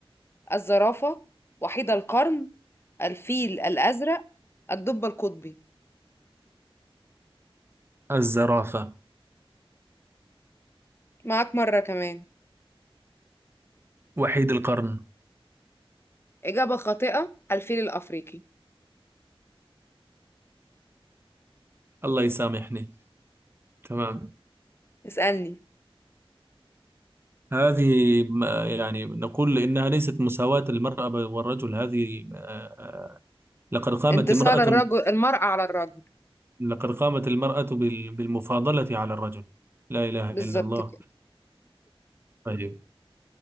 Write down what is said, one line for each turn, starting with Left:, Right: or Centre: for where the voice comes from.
Left: الزرافة وحيد القرن الفيل الأزرق الدب القطبي
Right: الزرافة
Left: معاك مرة كمان
Right: وحيد القرن
Left: إجابة خاطئة الفيل الأفريقي
Right: الله يسامحني تمام
Left: اسألني
Right: هذه ما- يعني نقول إنها ليست مساواة المرأة والرجل هذه آه، آه، لقد قامت
Left: انتصار
Right: امرأة
Left: الرجل المرأة على الرجل
Right: لقد قامت المرأة بال- بالمفاضلة على الرجل لا إله
Left: بالظبط
Right: إلا الله
Left: كده
Right: طيب